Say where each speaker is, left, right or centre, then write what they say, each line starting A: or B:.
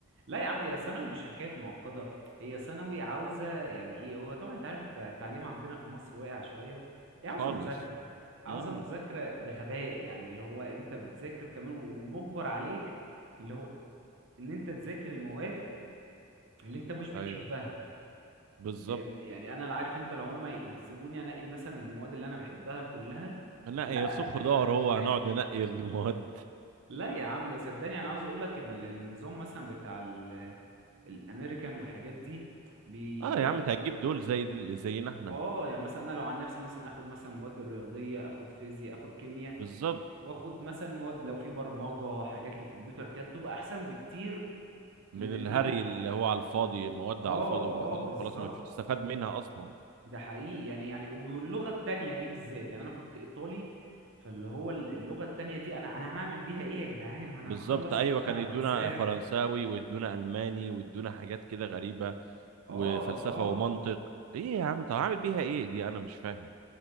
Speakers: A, on the right; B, on the right.
A: لا يا عم هي ثانوي مش حكايه معقده هي ثانوي عاوزه يعني ايه هو طبعا انت عارف الت- التعليم عندنا في مصر واقع شويه هي
B: خالص
A: عاوزه مذاكره عاوزه
B: امم
A: مذاكره بغباء يعني اللي هو انت بتذاكر كمان و- ومجبر عليك اللي هو ان انت تذاكر المواد اللي انت مش بتحبها
B: ايوه بالظبط
A: فاهمني يعني انا لا عارف انت لو هم يسيبوني انقي مثلا المواد اللي انا بحبها كلها
B: نقي
A: لا
B: سخ
A: هتفرق
B: دار هو
A: معايا
B: هنقعد ننقي المواد
A: لا يا عم صدقني انا عاوز اقول لك ال- النظام مثلا بتاع ال- الامريكان والحاجات دي بي-
B: اه
A: بياخدوا
B: يا عم انت هتجيب دول زي دي- زينا احنا
A: اه يعني مثلا انا لو عن نفسي مثلا اخد مثلا مواد الرياضيه اخد فيزياء اخد كيمياء
B: بالظبط
A: واخد مثلا مواد لو في برمجه حاجات للكمبيوتر كانت تبقى احسن بكتير من
B: من
A: ان
B: الهري
A: انا
B: اللي هو على الفاضي مواد
A: اه
B: على الفاضي وبناخدها
A: اه بالظبط
B: وخلاص ما فيش استفاد منها اصلا
A: ده حقيقي يعني يعني وباللغة التانية دي بالذات يعني أنا كنت إيطالي فاللي هو ال- اللغة التانية دي أنا أنا هعمل بيها إيه يا جدعان وأنا
B: بالظبط
A: هخلص
B: ايوه
A: الكلية
B: كان يدونا
A: هنساها
B: فرنساوي ويدونا الماني ويدونا حاجات كده غريبة
A: آه
B: وفلسفة
A: آه
B: ومنطق ايه يا عم طب عامل بيها ايه دي انا مش فاهم